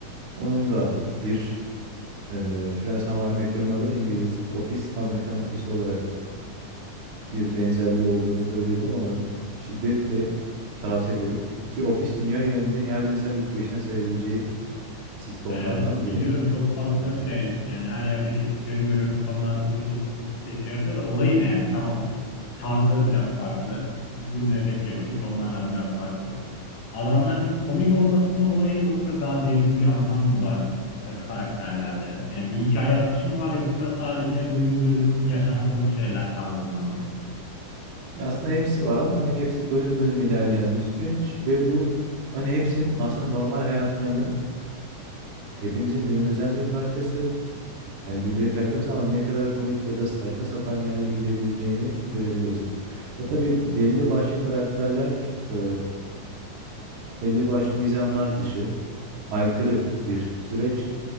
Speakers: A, on the right; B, on the left.
A: onun da bir e, Friends How I Met Your Mother İngiliz Office, Amerikan Office olarak bir benzerliği olduğunu söyleyebilirim ama şiddetle tavsiye ederim. Ki Office dünya genelinde yer insan ilk beşine sayabileceği sitcomlardan
B: Ya Evet
A: biri
B: biliyorum çok fazla
A: bence.
B: şey yani her yerde kesitlerini görüyorum insanlar okuz okuz okuz diye şey yapıyor da olay ne yani tamam tarzları biraz farklı gülme efekti yok sitcomlardan biraz farklı adamların komik olması mı olayı yoksa daha derin bir anlam mı var e, karakterlerde yani bir hikaye akışı mı var yoksa sadece bölüm bölüm yaşanan komik şeyler tarzında mı
A: Ya Aslında hepsi var ama hani hepsi bölüm bölüm ilerleyen bir süreç ve bu hani hepsinin aslında normal hayatlarının hepimizin günümüzden bir parçası Hani gündelik hayatımız ama ne kadar komik ya da saçma sapan yerlere gidebileceğini görebiliyorsun. Ve tabii belli başlı karakterler eee, belli başlı nizamlar dışı aykırı bir süreç.